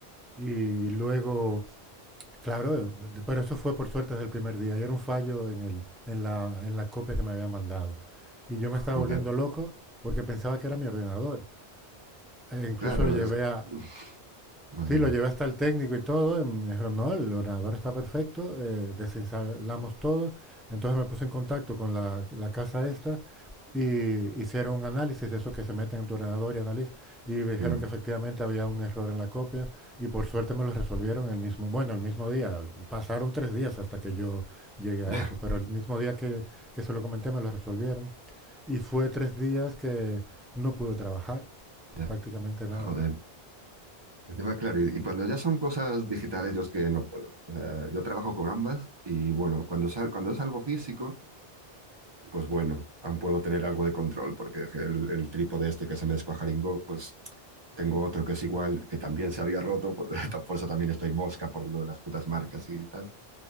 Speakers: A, in the centre; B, on the right.
A: y luego, claro, eh, pero eso fue por suerte desde el primer día y era un fallo en, el, en, la, en la copia que me habían mandado. Y yo me estaba
B: Joder.
A: volviendo loco porque pensaba que era mi ordenador. E incluso
B: Claro,
A: le llevé
B: es...
A: a,
B: Uf, Madre
A: Sí, lo
B: mía.
A: llevé hasta el técnico y todo. y Me dijeron, no, el ordenador está perfecto, eh, desinstalamos todo. Entonces me puse en contacto con la, la casa esta y hicieron un análisis de eso que se meten en tu ordenador y análisis y me dijeron
B: Mm.
A: que efectivamente había un error en la copia y por suerte me lo resolvieron el mismo, bueno, el mismo día. Pasaron tres días hasta que yo llegué
B: <laughs>
A: a eso, pero
B: Ya,
A: el mismo día que, que se lo comenté me lo resolvieron. Y fue tres días que no pude trabajar,
B: ya,
A: prácticamente
B: joder.
A: nada.
B: Encima, claro, y, y cuando ya son cosas digitales, yo es que no puedo. O sea, yo trabajo con ambas y bueno, cuando, sal- cuando es algo físico, pues bueno, aún puedo tener algo de control, porque el, el trípode este que se me descuajaringó, pues tengo otro que es igual, que también se había roto, por, <laughs> por eso también estoy mosca por lo de las putas marcas y tal.